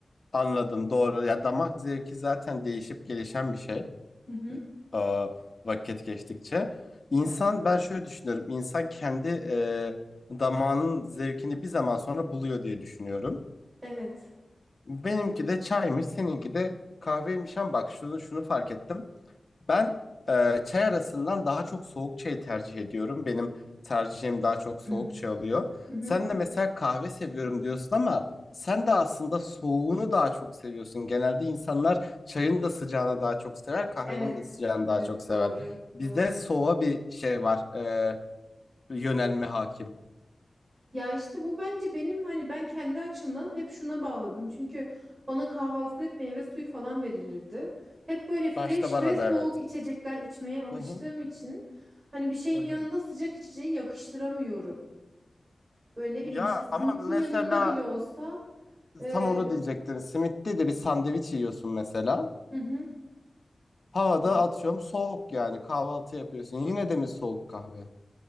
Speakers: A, on the left; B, on the right.
A: Anladım doğru. Ya damak zevki zaten değişip gelişen bir şey.
B: Hı hı.
A: Aa, vakit geçtikçe. İnsan ben şöyle düşünüyorum. İnsan kendi e, damağının zevkini bir zaman sonra buluyor diye düşünüyorum.
B: Evet.
A: Benimki de çaymış, seninki de kahveymiş ama bak şunu şunu fark ettim. Ben e, çay arasından daha çok soğuk çayı tercih ediyorum. Benim tercihim daha çok soğuk
B: <clears throat>
A: çay oluyor.
B: Hı hı.
A: Sen de mesela kahve seviyorum diyorsun ama sen de aslında soğuğunu daha çok seviyorsun. Genelde insanlar çayın da sıcağını daha çok sever, kahvenin
B: Evet.
A: de sıcağını
B: Evet
A: daha çok sever.
B: doğru.
A: Bizde
B: Doğru.
A: soğuğa bir şey var, e, yönelme hakim.
B: Ya işte bu bence benim hani ben kendi açımdan hep şuna bağladım. Çünkü bana kahvaltıda hep meyve suyu falan verilirdi. Hep böyle fresh
A: Başta bana
B: ve soğuk
A: da evet.
B: içecekler içmeye alıştığım
A: Hı hı,
B: için hani bir şeyin
A: hı hı.
B: yanında sıcak içeceği yakıştıramıyorum. Böyle ne
A: Ya
B: bileyim işte simitin
A: ama mesela
B: yanında bile olsa e,
A: tam onu diyecektin. Simit'te de bir sandviç yiyorsun mesela.
B: hı hı.
A: Havada
B: Evet.
A: atıyorum soğuk yani kahvaltı yapıyorsun. Yine de mi soğuk kahve?